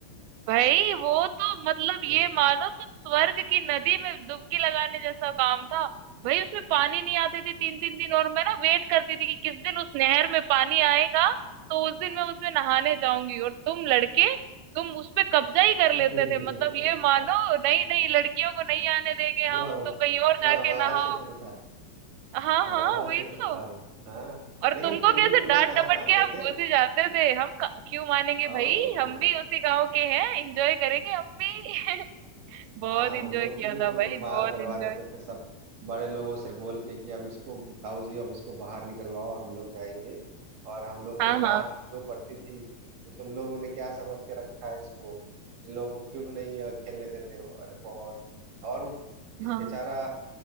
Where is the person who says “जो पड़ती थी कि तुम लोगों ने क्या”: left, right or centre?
Right